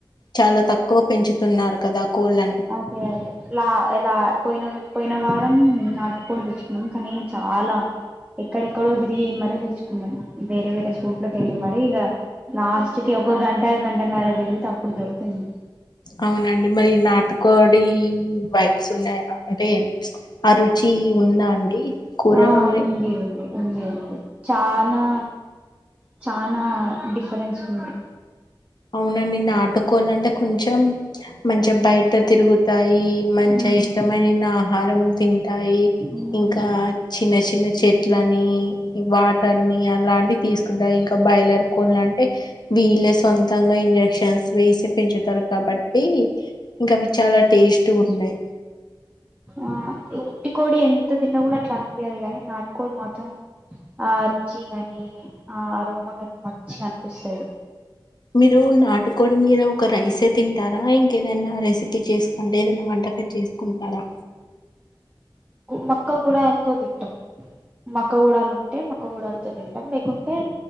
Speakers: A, on the left; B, on the right.
A: చాలా తక్కువ పెంచుతున్నారు కదా కోళ్ళని
B: అదే అదే లాలా పోయిన పోయిన వారంే నాటుకో తెచ్చుకున్నాం కానీ చాలా ఎక్కడెక్కడోదిరిగి మరీ తెలుచుకుందన్నాం వేరే వేరే చూట్ లోకి వెళ్ళి మర ఇక లాస్ట్ క ఒక గంట గంట నగ తిరిగితే అప్పుడు దొరికింది
A: అవునండి మరి నాటకోడి వైబ్స్ ఉన్నాయా అంటే అరుచి ఉందా అండి కూరలో
B: ఆ
A: మరి
B: ఉంది ఉంది ఉంది ఉంది చాలా చనా డిఫరెన్స్ ఉంది
A: అవునండి నాటుకోవాలంటే కొంచెం మంచిగా బయట ట్ట తిరుగుతాయి మంచిగా
B: ఉమ్
A: ఇష్టమైన ఆహారం తి ాయి
B: ఉమ్
A: ఇంకా చిన్న చిన్న చెట్లని వాటర్ ని అలాంటి తీసు ఇంకా బయలర కో అంటే వీళ్ళ సొంతంగా ఇంజెక్షన్స్ వేసి పెంచుతారు కాబట్టి ఇంకా అవి చాలా టేస్ట్ ఉన్నాయి
B: ఆ ఉట్టి కోడి ఎంత తిన్నా కూడా అట్లా అనిపియదు కాగాని నాటుకోడి మాత్రం ఆ అ రచి గాని ఆ అరుము మంచిగా అనిపిస్తాయి
A: మీరు నాటుకోడి మీద ఒక రైసే తింటారా ఇంకేదైనా రెసిపీ చేసుకోంటే ఏదైనా వంటక చేసుకుంటడా
B: మక్క కూడా ఎంతో తింటాం మక్క గూడాలు ఉంటే మొక్క గూడాలతో తింటాం లేకుంటే